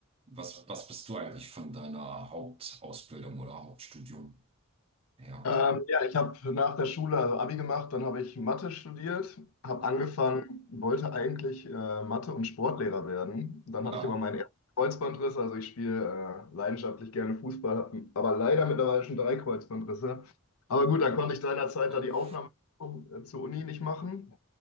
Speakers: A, on the right (about 25°); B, on the left (about 70°).
A: Was, was bist du eigentlich von deiner Hauptausbildung oder Hauptstudium her?
B: Ähm, ja, ich habe nach der Schule also Abi gemacht, dann habe ich Mathe studiert, habe
A: Oh,
B: angefangen, wollte eigentlich äh, Mathe- und Sportlehrer werden. Dann
A: ah,
B: hatte ich aber meinen ersten Kreuzbandriss, also ich spiele äh, leidenschaftlich gerne Fußball, habe aber leider mittlerweile schon drei Kreuzbandrisse. Aber gut, dann konnte ich seinerzeit
A: oh.
B: da die Aufnahme äh, zur Uni nicht machen